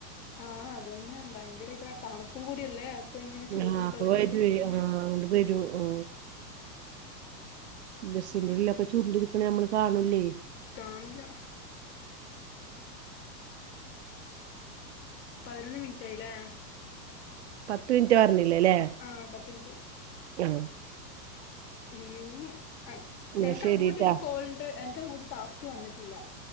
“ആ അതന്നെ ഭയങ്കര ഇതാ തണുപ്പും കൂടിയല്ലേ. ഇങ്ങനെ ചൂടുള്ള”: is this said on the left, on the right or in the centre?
Left